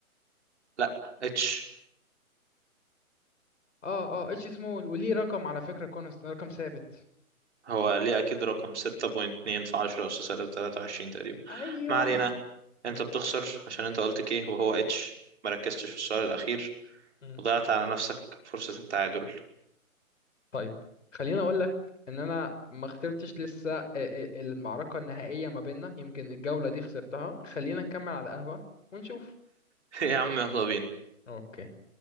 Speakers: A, on the right; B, on the left.
A: لا اتش
B: اه اه اتش سمول وليه رقم على فكرة كونست رقم ثابت
A: هو ليه اكيد رقم 6.2 في 10 اس سالب 23 تقريبا
B: ايوه
A: ما علينا
B: مم.
A: انت بتخسر عشان انت قلت كيه وهو اتش مركزتش في السؤال الاخير
B: <laughs>
A: وضيعت على نفسك فرصة التعادل
B: طيب خليني اقول لك ان انا ما خسرتش لسه آه، آه، المعركه النهائيه ما بيننا يمكن الجوله دي خسرتها خلينا نكمل على قهوه ونشوف
A: <laughs> يا عم يلا بينا
B: اوكي